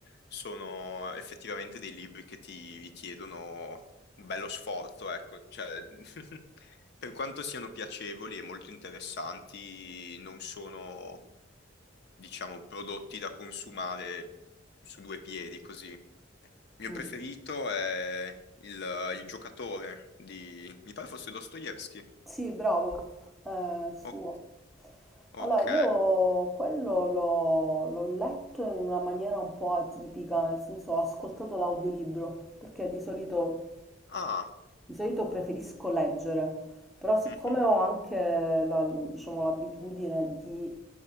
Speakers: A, on the left; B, in the centre.
A: sono effettivamente dei libri che ti richiedono un bello sforzo, ecco, cioè, <laughs> per quanto siano piacevoli e molto interessanti, non sono, diciamo, prodotti da consumare su due piedi così. Il
B: Mm.
A: mio preferito è il, il giocatore di, mi pare fosse Dostoevsky.
B: Sì, bravo, eh, suo.
A: O- ok.
B: Allora, io quello l'ho l'ho letto in una maniera un po' atipica, nel senso ho ascoltato l'audiolibro, perché di solito,
A: Ah,
B: di solito preferisco leggere, però siccome
A: mhm,
B: ho anche la- diciamo, l'abitudine di